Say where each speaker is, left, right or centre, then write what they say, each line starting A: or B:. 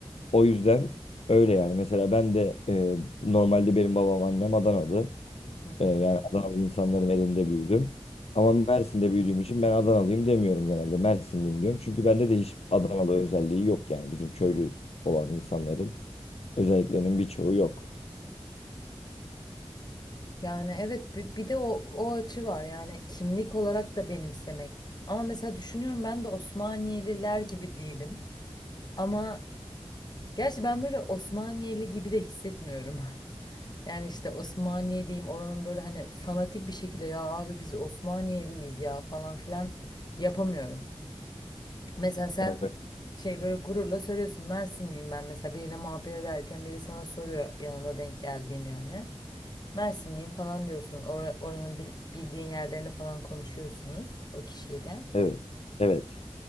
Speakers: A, on the left (about 85°); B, on the left (about 40°).
A: O yüzden öyle yani. Mesela ben de e, normalde benim babam annem Adanalı.
B: Hı hı.
A: E, yani Adanalı insanların elinde büyüdüm. Ama Mersin'de büyüdüğüm için ben Adanalıyım demiyorum genelde. Mersinliyim diyorum. Çünkü bende de hiç Adanalı özelliği yok yani bizim köylü olan insanların. Özelliklerinin birçoğu yok.
B: Yani evet bi- bir, de o, o açı var yani kimlik olarak da benimsemek. Ama mesela düşünüyorum ben de Osmaniyeliler gibi değilim. Ama Gerçi ben böyle Osmaniyeli gibi de hissetmiyorum. <laughs> Yani işte Osmaniyeliyim oranın böyle hani fanatik bir şekilde ya abi biz Osmaniyeliyiz ya falan filan yapamıyorum. Mesela sen
A: Evet,
B: şey böyle gururla söylüyorsun Mersinliyim ben mesela biriyle muhabbet ederken biri sana soruyor yanımda denk geldiğim yani. Mersinliyim falan diyorsun Ora- oranın bil- bildiğin yerlerini falan konuşuyorsunuz o kişiyle.
A: evet. evet.